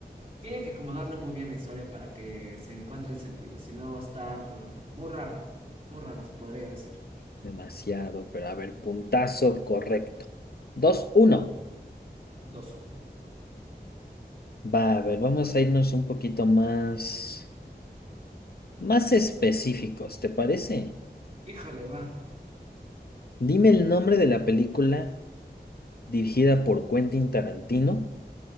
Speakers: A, on the right; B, on the left.
A: tiene que acomodarle muy bien la historia para que se encuentre el sentido, si no va a estar muy raro, muy raro, se podría decir.
B: Demasiado, pero a ver, puntazo correcto. Dos uno.
A: dos uno.
B: Va, a ver, vamos a irnos un poquito más, más específicos, ¿te parece?
A: Híjole, va.
B: Dime el nombre de la película dirigida por Quentin Tarantino,